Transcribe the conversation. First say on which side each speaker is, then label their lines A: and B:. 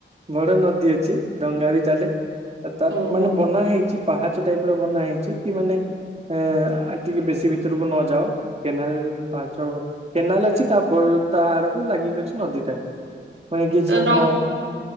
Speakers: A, on the right; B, on the right.
A: ବଡ ନଦୀ ଅଛି ଡଙ୍ଗା ବି ଚାଲେ। ତା
B: ଓହୋ
A: ମାନେ ବନା ହେଇଛି ପାହାଚ ଟାଇପ ର ବନା ହେଇଛି କି ମାନେ ଏ ଟିକେ ବେଶୀ ଭିତରକୁ ନ ଯାଅ। କେନାଲ ପାହାଚ କେନାଲ ଅଛି ତାପ ତା ଆଡକୁ ଲାଗିକି ଅଛି ନଦୀଟା। ମାନ କିଛି
B: ତ ଡ
A: ନ